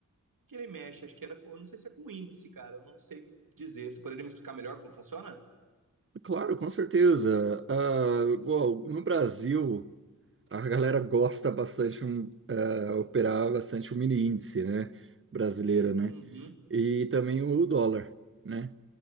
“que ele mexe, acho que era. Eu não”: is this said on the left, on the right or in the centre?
Right